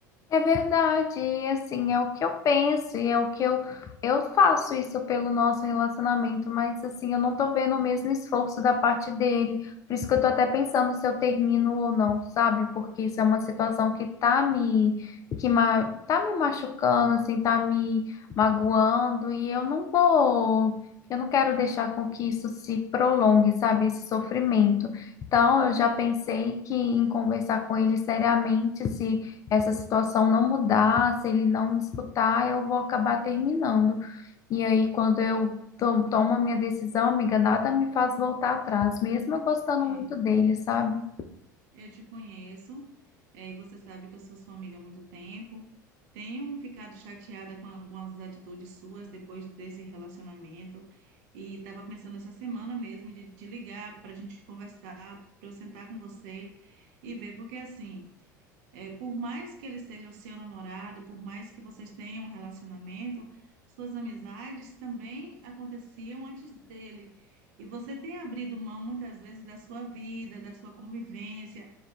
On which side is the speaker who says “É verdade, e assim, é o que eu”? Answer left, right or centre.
Left